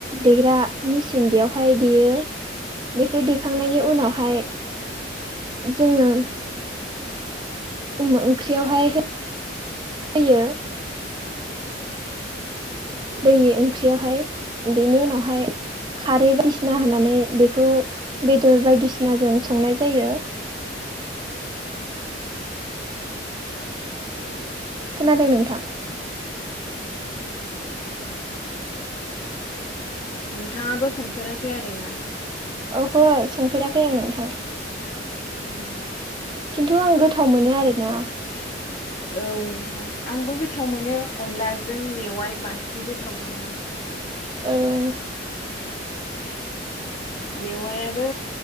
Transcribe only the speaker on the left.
<inaudible>
नोंथाङाबो संफेराखै आरोना?
उम।
औ नोंथां। आंबो गोथाव मोनो अनलाजों मेवाइ बांसिन गोथाव मोनो आं।
मेवायाबो